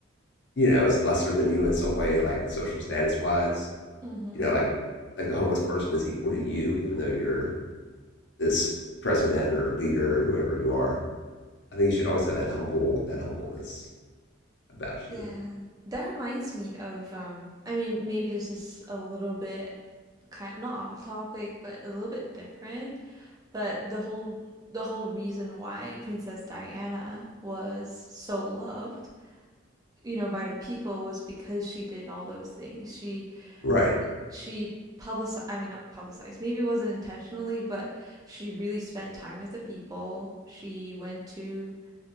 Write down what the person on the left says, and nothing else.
you know is lesser than you in some way, like social status wise
you know, like like the homeless person is equal to you, even though you're this president or leader or whoever you are. I think you should always have that humble that humbleness about you.
Right.